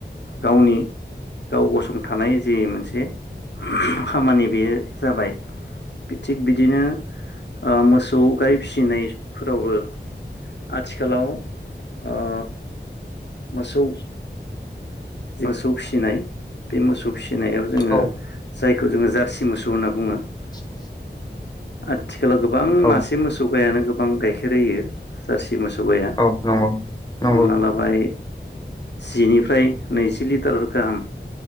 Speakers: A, on the left; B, on the left.
A: गावनि गाव गसं थानाय जि मोनसे <unintelligible> खामानि बेयो जाबाय थिग बिदिनो ओ मोसौ गाइ फिसिनायफोरावबो आथिखालाव ओ मोसौ मोसौ फिसिनाय बे मोसौ फिसि नायाव जोङो
B: औ
A: जाय बेखौ जोङो जारसि मोसौ होनना बुङो ।
B: <inaudible>
A: आ आथिखालाव गोबां
B: औ
A: मासे मोसौ गायानो गोब गोबां गाइखेर होयो । मोसौ गाया
B: औ नंगौ नंगौ
A: हमना लाबाय जिनिफ्राय नैजि लिटार गाहाम